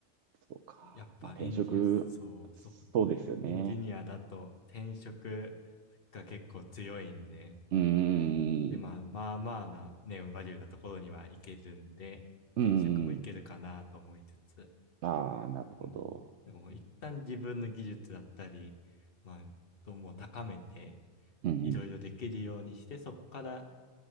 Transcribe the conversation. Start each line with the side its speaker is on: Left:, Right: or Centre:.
Right: そうか。
Left: やっぱエンジニア、
Right: まあ転職、
Left: そう、
Right: そうですよね。
Left: ソフトウェアエンジニアだと転職が結構強いんで、
Right: うーん、
Left: で、まあまあまあなネームバリューなところにはいけるんで、
Right: うーん。
Left: 転職もいけるかなと思いつつ、
Right: ああ、なるほど。
Left: うん。だからもう一旦自分の技術だったり、まあ、そうもう高めて、
Right: うん。うんうん
Left: いろいろできるようにして、そこから